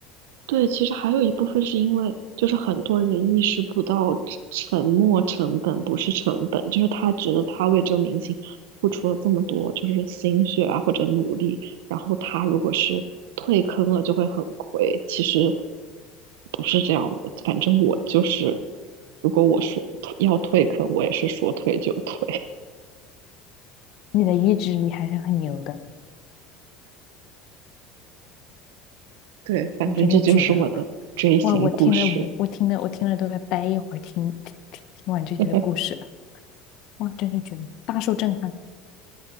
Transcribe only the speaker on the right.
对，其实还有一部分是因为，就是很多人意识不到沉沉没成本不是成本，就是他觉得他为这个明星付出了这么多，就是心血啊或者努力，然后他如果是退坑了就会很亏。其实不是这样的，反正我就是，如果我说退要退坑，我也是说退就退。
<laughs> 对，反正这就是我的追星故事。
<laughs>